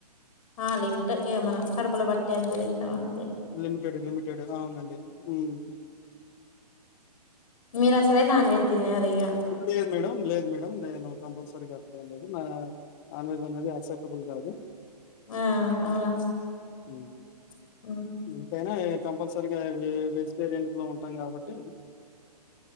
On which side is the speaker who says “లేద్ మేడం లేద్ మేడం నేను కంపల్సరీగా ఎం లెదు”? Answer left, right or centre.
Left